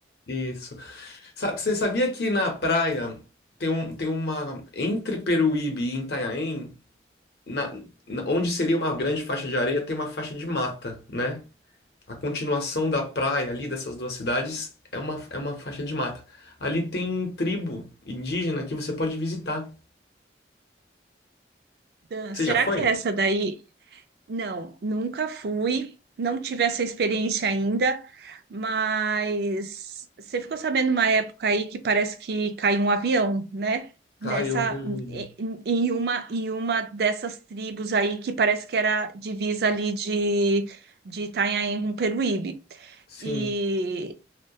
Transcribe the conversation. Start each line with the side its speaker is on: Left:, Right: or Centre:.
Left: isso. Sa- Você sabia que na praia tem, um, tem uma. Entre Peruíbe e Itanhaém, na, na- onde seria uma grande faixa de areia, tem uma faixa de mata, né? A continuação da praia ali dessas duas cidades é uma, é uma faixa de mata. Ali tem tribo indígena que você pode visitar.
Right: Ah,
Left: Você
Right: Será
Left: já foi?
Right: que é essa daí? Não, nunca fui, não tive essa experiência ainda, mas você ficou sabendo uma época aí que parece que caiu um avião, né? Nessa,
Left: Caiu um período.
Right: em em uma, em uma dessas tribos aí que parece que era divisa ali de, de Itanhaém com Peruíbe.
Left: Sim.
Right: e